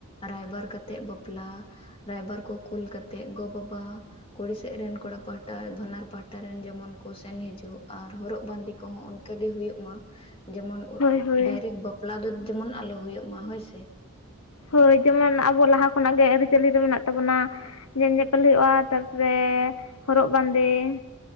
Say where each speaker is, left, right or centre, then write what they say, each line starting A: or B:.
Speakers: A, on the left (about 25°); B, on the left (about 85°).
A: ᱨᱟᱭᱵᱟᱨ ᱠᱟᱛᱮᱜ ᱵᱟᱯᱞᱟ᱾ ᱨᱟᱭᱵᱟᱨ ᱠᱚ ᱠᱩᱞ ᱠᱟᱛᱮᱜ ᱜᱚ ᱵᱟᱵᱟ ᱠᱩᱲᱤ ᱥᱮᱜ ᱨᱮᱱ ᱠᱚᱲᱟ ᱯᱟᱦᱴᱟ ᱵᱷᱟᱱᱟᱨ ᱯᱟᱦᱟᱴ ᱴᱟ ᱨᱮᱱ ᱡᱮᱢᱚᱱ ᱠᱚ ᱥᱮᱱ ᱦᱤᱡᱩᱜ ᱟᱨ ᱦᱚᱨᱚᱜ ᱵᱟᱸᱫᱮ ᱠᱚᱸᱦᱚᱸ ᱚᱱᱠᱟ ᱜᱮ ᱦᱩᱭᱩᱜ ᱢᱟ᱾ ᱡᱮᱢᱚᱱ
B: ᱦᱳᱭ ᱦᱳᱭ
A: ᱰᱟᱭᱨᱮᱠ ᱵᱟᱯᱞᱟ ᱫᱚ ᱡᱮᱢᱚᱱ ᱟᱞᱚ ᱦᱩᱭᱩᱜ ᱢᱟ ᱦᱳᱭ ᱥᱮ᱾
B: ᱦᱳᱭ ᱡᱮᱢᱚᱱ ᱟᱵᱚ ᱞᱟᱦᱟ ᱠᱷᱚᱱᱟᱜ ᱜᱮ ᱟᱹᱨᱤ ᱪᱟᱹᱞᱤ ᱨᱮ ᱢᱮᱱᱟᱜ ᱛᱟᱵᱚᱱᱟ᱾ ᱧᱮᱞ ᱧᱮᱯᱮᱞ ᱦᱳᱭᱳᱜᱼᱟ ᱛᱟᱨᱯᱚᱨᱮ ᱦᱚᱨᱚᱜ ᱵᱟᱸᱫᱮ ᱾